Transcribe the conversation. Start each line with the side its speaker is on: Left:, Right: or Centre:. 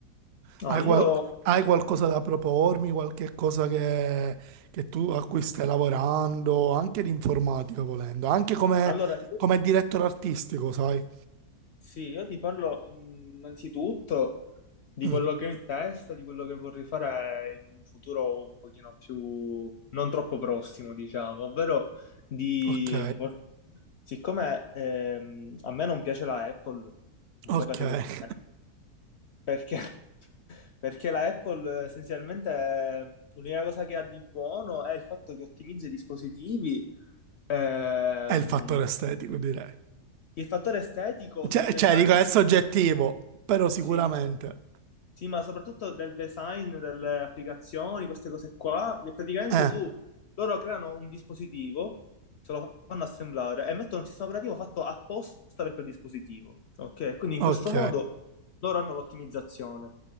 Left: No,
Right: Hai,
Left: io
Right: qual- hai qualcosa da propormi, qualche cosa che, che tu a cui stai lavorando, anche di informatica volendo, anche come,
Left: allora io,
Right: come direttore artistico, sai?
Left: sì, io ti parlo innanzitutto di
Right: Mm,
Left: quello che ho in testa, di quello che vorrei fare in un futuro un pochino più non troppo prossimo, diciamo, ovvero di
Right: ok,
Left: vor- siccome ehm, a me non piace la Apple, un
Right: ok.
Left: po' categoricamente,
Right: <laughs>
Left: perché, <laughs> perché la Apple eh, essenzialmente eh, l'unica cosa che ha di buono è il fatto che ottimizza i dispositivi, ehm,
Right: È il fattore estetico, direi.
Left: il fattore estetico
Right: Cioè,
Left: del design.
Right: cioè, dico, è soggettivo, però sicuramente.
Left: Sì, Sì, ma soprattutto del design delle applicazioni, queste cose qua, che praticamente
Right: Eh,
Left: tu, loro creano un dispositivo, se lo fanno assemblare e mettono un sistema operativo fatto apposta per quel dispositivo, ok? Quindi in
Right: ok,
Left: questo modo loro hanno l'ottimizzazione.